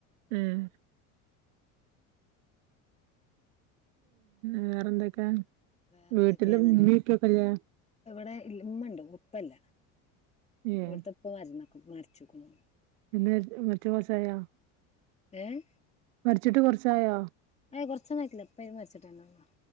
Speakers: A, on the right (about 75°); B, on the left (about 15°).
A: ഉം വേറെ എന്തൊക്കാ
B: വേറെന്തൊക്കെയാ
A: വീട്ടില്
B: നല്ല
A: ഉമ്മി ഉപ്പെക്കല്ലെ
B: ഇവിടെ ഉമ്മണ്ട് ഉപ്പല്ല
A: ഏഹ്
B: ഇവിടത്തെ ഉപ്പ മരിച്ക്നു
A: പിന്നെ മറ്റെ പാസ്സായോ
B: ഏഹ്
A: മരിച്ചിട്ട് കുറച്ചായോ
B: ഏ കുറച്ചന്നും ആയിട്ടില്ല ഇപ്പ മരിച്ചിട്ട്ന്നെ ഉള്ളു